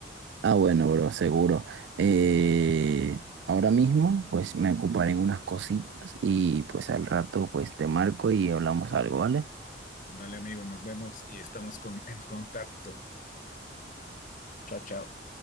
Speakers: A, on the right (about 75°); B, on the left (about 45°).
A: Ah, bueno, bro, seguro. Eh, ahora mismo, pues me ocuparé en unas cositas y pues al rato, pues te marco y hablamos algo, ¿vale?
B: Dale, amigo, nos vemos y estamos con- en contacto. Chao, chao.